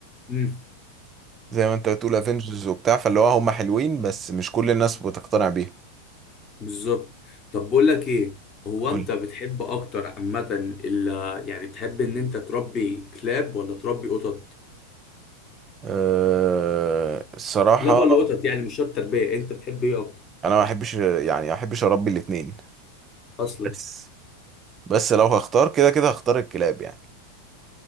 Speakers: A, on the left; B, on the right.
A: امم
B: زي ما انت بتقول افنجرز وبتاع فاللي هو هم حلوين بس مش كل الناس بتقتنع بيهم
A: بالظبط طب بقول لك ايه هو
B: قول
A: انت بتحب اكتر عامه ال- يعني بتحب ان انت تربي كلاب ولا تربي قطط
B: أه الصراحة
A: كلاب ولا قطط يعني مش شرط تربيه انت بتحب ايه اكتر
B: انا ما احبش يعني ما احبش اربي الاتنين
A: اصلا
B: بس بس لو هختار كده كده هختار الكلاب يعني